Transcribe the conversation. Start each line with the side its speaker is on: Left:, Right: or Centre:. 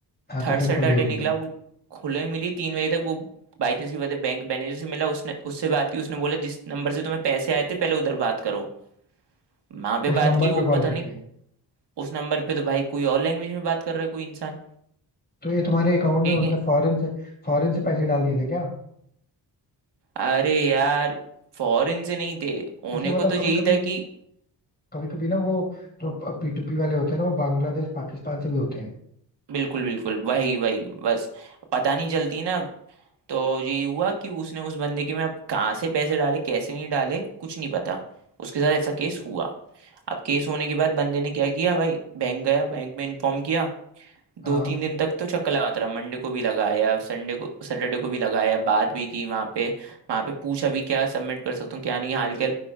Left: हाँ तो
Right: थर्ड
Left: फिर
Right: सैटरडे
Left: खुली होगी
Right: निकला वो खुले मिली तीन बजे तक वो बाई चांस की बात है बैंक मैनेजर से मिला उसने उससे बात की उसने बोला जिस नंबर से तुम्हें पैसे आए थे पहले उधर बात करो वहां पे
Left: उस
Right: बात
Left: नंबर
Right: की
Left: पे
Right: वो
Left: कॉल
Right: पता
Left: करके
Right: नहीं उस नंबर पे तो भाई कोई और लैंग्वेज में बात कर रहा है कोई इंसान
Left: तो ये तुम्हारे अकाउंट में
Right: ठीक
Left: उसने
Right: है
Left: फॉरेन से फॉरेन से पैसे डाल दिए थे क्या
Right: अरे यार फॉरेन से नहीं थे होने
Left: ऐसे मतलब
Right: को तो यही
Left: कभी कभी
Right: था कि
Left: कभी कभी ना वो जो पी टू पी वाले होते हैं ना वो बांग्लादेश पाकिस्तान से भी होते हैं
Right: बिल्कुल बिल्कुल वही वही बस पता नहीं चलती ना तो यही हुआ कि उसने उस बंदे के में अब कहाँ से पैसे डाले कैसे नहीं डाले कुछ नहीं पता उसके साथ ऐसा केस हुआ अब केस होने के बाद बंदे ने क्या किया भाई बैंक गया बैंक में इन्फॉर्म किया दो
Left: हाँ
Right: तीन दिन तक तो चक्कर लगाता रहा मंडे को भी लगाया संडे को सैटरडे को भी लगाया बात भी की वहां पे वहां पे पूछा भी क्या सबमिट कर सकता हूँ क्या नहीं हाल के